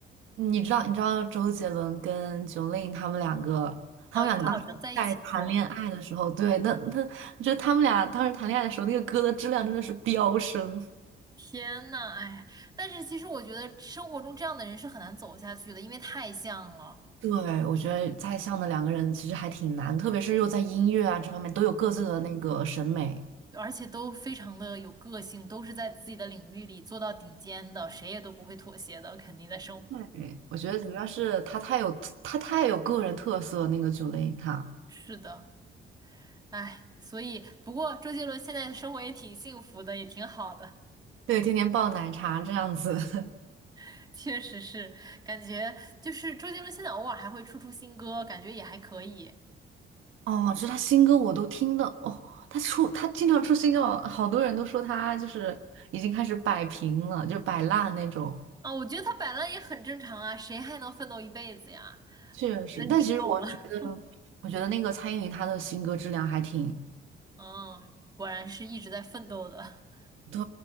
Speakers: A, on the right (about 80°); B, on the right (about 20°).
A: 你知道，你知道周杰伦跟 Jolin 他们两个，
B: 哦，
A: 他们两个当时在谈恋爱的时候，
B: 以前好像在一起过。
A: 对，那那就他们俩当时谈恋爱的时候，那个歌的质量真的是飙升。
B: 天呐，哎，但是其实我觉得生活中这样的人是很难走下去的，因为太像了，
A: 对，我觉得在相的两个人其实还挺难，特别是又在音乐啊这方面都有各自的那个审美。
B: 而且都非常的有个性，都是在自己的领域里做到顶尖的，谁也都不会妥协的，肯定在生活。
A: 对，我觉得主要是他太有他太有个人特色，那个九零他，
B: 是的。唉，所以不过周杰伦现在的生活也挺幸福的，也挺好的，
A: 对，天天爆奶茶这样子。<laughs>
B: <laughs> 确实是感觉就是周杰伦现在偶尔还会出出新歌，感觉也还可以
A: 哦，就是他新歌我都听的哦，他出他经常出新歌，好多人都说他就是已经开始摆平了，就摆烂那种。
B: 啊。我觉得他摆烂也很正常啊，谁还能奋斗一辈子呀？
A: 确实，
B: 觉得已经够了。
A: 但其实我觉得，
B: <laughs>
A: 我觉得那个蔡依林她的新歌质量还挺
B: 嗯，果然是一直在奋斗的。<laughs>
A: 对，